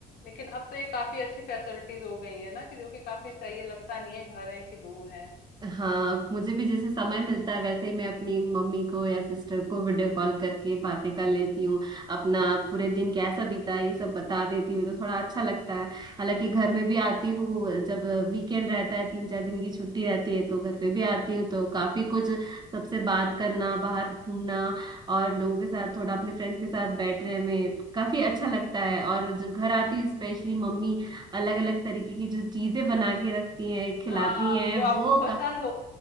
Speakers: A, on the left (about 65°); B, on the right (about 25°).
A: लेकिन अब तो ये काफी अच्छी फैसिलिटीज हो गई है ना कि जो कि काफी सही है लगता नहीं है घर है कि दूर है
B: हाँ मुझे भी जैसे समय मिलता है वैसे ही मैं अपनी मम्मी को या सिस्टर को वीडियो कॉल करके बातें कर लेती हूँ अपना पूरे दिन कैसा बीता ये सब बता देती हूँ तो थोड़ा अच्छा लगता है हालांकि घर में भी आती हूँ जब वीकेंड रहता है तीन चार दिन की छुट्टी रहती है तो घर पे भी आती हूँ तो काफी कुछ सबसे बात करना बाहर घूमना और लोगों के साथ थोड़ा अपने फ्रेंड्स के साथ बैठने में काफी अच्छा लगता है और जब घर आती हूँ स्पेशली मम्मी अलग अलग तरीके की जो चीजें बना के रखती हैं खिलाती
A: हाँ
B: हैं
A: जो आपको
B: वो
A: पसंद